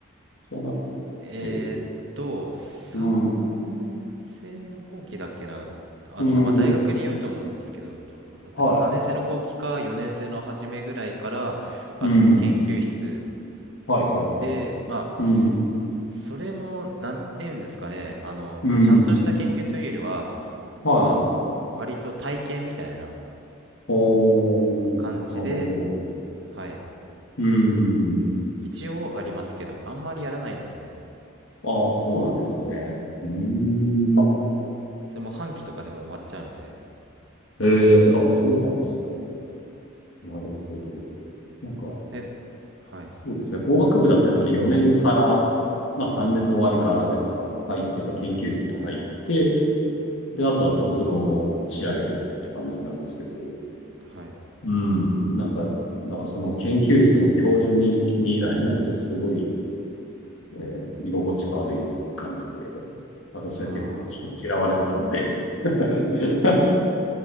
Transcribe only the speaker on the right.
えーっと3年生の後期だっけなあの、
まあ、大学によると思うんですけどどうだったかな3年生の後期か4年生の初めぐらいからあの研究室
でまあ
それもなんて言うんですかねあのちゃんとした研究というよりは
まあ割と体験みたいな
感じで
はい
一応ありますけど、あんまりやらないですね。
それも半期とかでも終わっちゃうので。
え、はい、
はい、
はい、
はい。
ああ